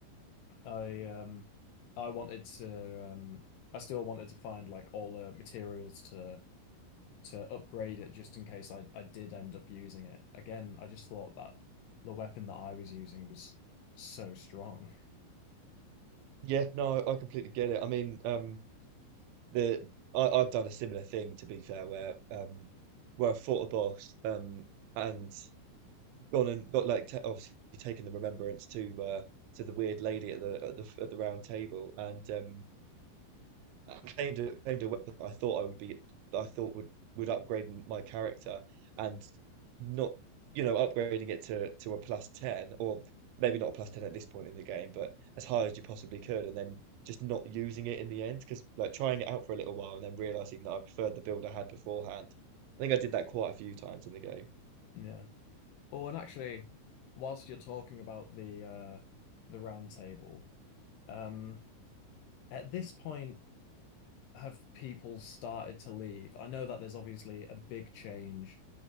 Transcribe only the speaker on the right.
Yeah, no, I completely get it. I mean, um, the I, I've done a similar thing to be fair, where um, where I fought a boss, um, and gone and got like ta obviously taken the remembrance to uh, to the weird lady at the at the at the round table, and um, I claimed a, claimed a weapon I thought I would be I thought would would upgrade my character, and not you know upgrading it to to a plus ten or maybe not a plus ten at this point in the game, but as high as you possibly could, and then just not using it in the end because like trying it out for a little while and then realizing that I preferred the build I had beforehand. I think I did that quite a few times in the game.